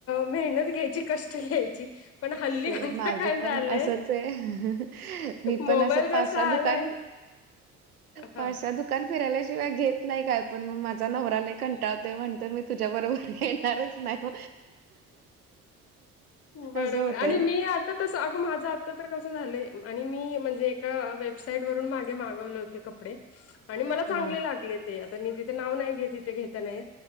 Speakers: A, on the left (about 35°); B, on the right (about 90°).
A: मेहनत घ्यायची कष्ट घ्यायची. पण हल्ली
B: स
A: आता
B: माझं
A: काय
B: पण
A: झालंय
B: असंच आहे मी पण
A: मोबाईल
B: असं पाचहा
A: जसा
B: दुकान.
A: आलाय हा
B: पाच साहा दुकान फिरायलाशिवाय घेत नाही काय पण मग माझा नवराला कंटावते म्हणते मी तुझ्या बरोबर घणारच नाही.
A: बरोबर
B: असं होतंय.
A: आणि मी आता तस अगं माझा आ तर कस झालय आणि मी म्हणजे ए वेबसाईट वून मागे मागवले होते कपडे आणि मला चांगले
B: हां,
A: लागले ते आता मी तिथे नाव नाही घे तिथे घेता नाही